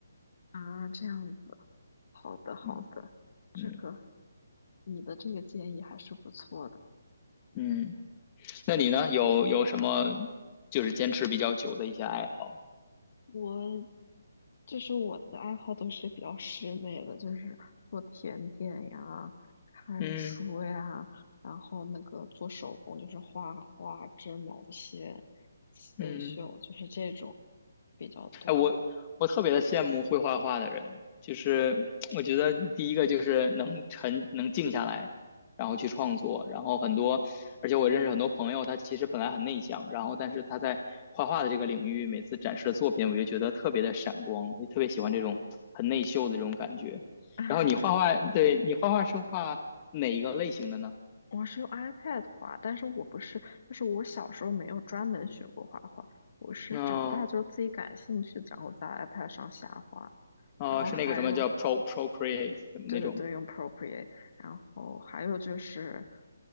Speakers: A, on the left; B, on the left.
A: 啊，这样子，好的好的，
B: 嗯
A: 这个
B: 嗯
A: 你的这个建议还是不错的，
B: 嗯，那你呢？有有什么就是坚持比较久的一些爱好？
A: 我就是我的爱好都是比较室内的，就是做甜点呀、看书呀，
B: 嗯
A: 然后那个做手工，就是画画、织毛线、刺绣，
B: 嗯。
A: 就是这种比较多。
B: 我我特别的羡慕会画画的人，就是我觉得第一个就是能沉能静下来，然后去创作，然后很多，而且我认识很多朋友，他其实本来很内向，然后但是他在画画的这个领域，每次展示的作品，我就觉得特别的闪光，我就特别喜欢这种很内秀的这种感觉。
A: <laughs>
B: 然后你画画，对你画画是画哪一个类型的呢？
A: 我是用 iPad 画，但是我不是，就是我小时候没有专门学过画画，我是长大就是自己感兴趣，
B: 嗯，
A: 然后在 iPad 上瞎画。
B: 呃，
A: 然后还有，
B: 是那个什么叫 Pro Procreate 的那种吗
A: 对对对，用 Procreate，然后还有就是，